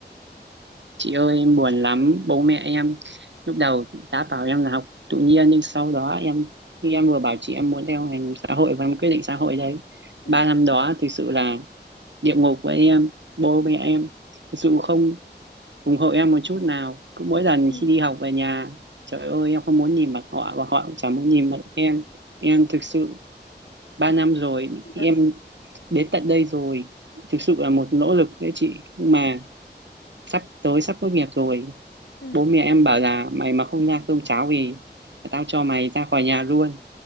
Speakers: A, on the right; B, on the left.
A: chị ơi em buồn lắm, bố mẹ em lúc đầu đã bảo em là học tự nhiên nhưng sau đó em khi em vừa bảo chị em muốn theo ngành xã hội và em quyết định xã hội đấy.
B: ừ
A: Ba năm đó thực sự là địa ngục với em, bố mẹ em thực sự không ủng hộ em một chút nào cứ mỗi lần
B: ừ
A: khi đi học về nhà trời ơi em không muốn nhìn mặt họ và họ cũng chẳng muốn nhìn mặt em em thực sự ba năm rồi
B: Ừ.
A: em đến tận đây rồi thực sự là một nỗ lực đấy chị nhưng mà sắp tới sắp tốt nghiệp rồi
B: ừ
A: bố mẹ em bảo là mày mà không ra cơm cháo thì tao cho mày ra khỏi nhà luôn